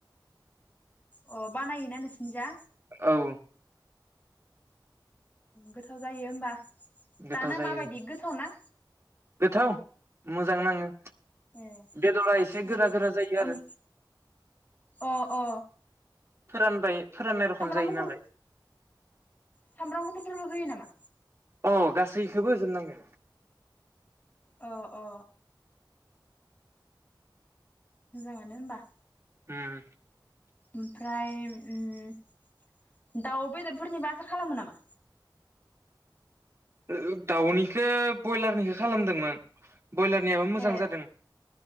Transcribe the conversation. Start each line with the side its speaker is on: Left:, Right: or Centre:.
Left: अ बानायोना नोंसोनि जा
Right: औ
Left: गोथाव जायो होमबा
Right: गोथाव
Left: जानो
Right: जायो
Left: माबायदि गोथाव ना?
Right: गोथाव मोजां नाङो।
Left: ए
Right: बेदरा एसे गोरा
Left: उम
Right: गोरा जायो आरो
Left: ओम अ अ
Right: फोरानबाय फोराननाय रखम
Left: सामब्राम
Right: जायो
Left: गुफुर
Right: नालाय।
Left: सामब्राम गुफुरफोरबो होयो नामा?
Right: अ गासैखोबो होजोबनांगो।
Left: अ अ। मोजाङानो होमबा।
Right: उम।
Left: ओमफ्राय उम दाउ बेदरफोरनिबो आसार खालामो नामा?
Right: ओ ओ दाउनिखौ बयलारनिखौ खालामदोंमोन। बयलारनियाबो मोजां
Left: ए
Right: जादों